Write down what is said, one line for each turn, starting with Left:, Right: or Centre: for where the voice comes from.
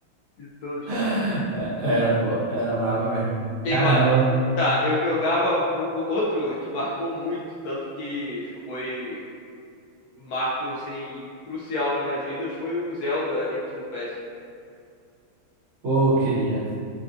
Left: de todos.
Right: É, Era, pô, era brabo mesmo.
Left: Quem
Right: Caramba,
Left: mais? Tá, eu jogava. mu- o- Outro que marcou muito, tanto que foi marco assim, crucial na minha vida, foi o Zelda A Link to the Past,
Right: pô, eu queria.